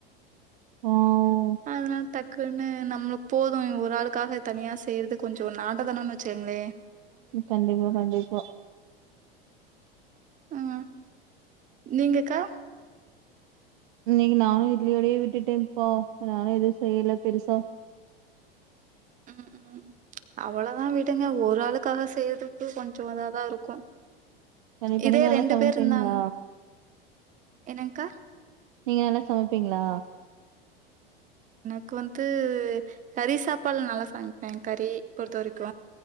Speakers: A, on the right; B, on the right.
A: ஆ ஓ
B: அதனால் டக்குன்னு நம்மளுக் போதும் இவ் ஒரு ஆளுக்காக தனியா செய்யிறது கொஞ்சோ <unintelligible> வெச்சங்ளே
A: கண்டிப்பா கண்டிப்பா
B: ஆ, நீங்கக்கா
A: இன்னைக்கு நானு இட்லியோடயே விட்டுட்டேப்பா, நானு எதுவு செய்யல பெருசா
B: ம், ம் அவ்வளதா விடுங்க ஒரு ஆளுக்காக செய்யறதுக்கு கொஞ்சோ அதாதா இருக்கு.
A: கண்டிப்பா,
B: இதே
A: நீங்க நல்லா
B: ரெண்டு
A: சமைப்பீங்ளா?
B: பேர் இருந்தாங்க என்னங்க்கா
A: நீங்க நல்லா சமைப்பீங்ளா?
B: க்கு வந்து கறி சாப்பாடுலா நல்லா சாமைப்பே, கறி பொறுத்த வரைக்கு